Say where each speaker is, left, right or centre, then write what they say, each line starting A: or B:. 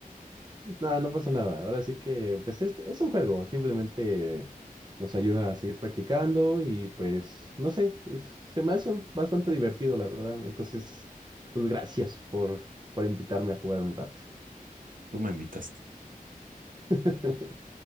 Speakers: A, on the right; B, on the right.
A: Nada, no pasa nada. Ahora sí que, pues es, es un juego. Simplemente nos ayuda a seguir practicando y pues, no sé, es- se me hace bastante divertido, la verdad. Entonces, pues gracias por, por invitarme a jugar un rato.
B: Tú me invitaste.
A: <laughs>